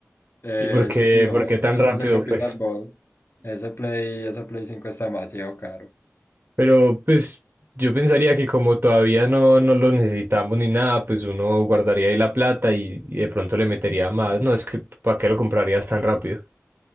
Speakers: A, on the left; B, on the right.
A: Eh,
B: ¿Y por qué,
A: sí, no,
B: por
A: es
B: qué tan
A: que yo
B: rápido,
A: no sé qué opinas
B: pues?
A: vos. Ese Play, ese Play 5 está demasiado caro.
B: Pero pues yo pensaría que como todavía no, no lo necesitamos ni nada, pues uno guardaría ahí la plata y, y de pronto le metería más. No, es que ¿para qué lo comprarías tan rápido?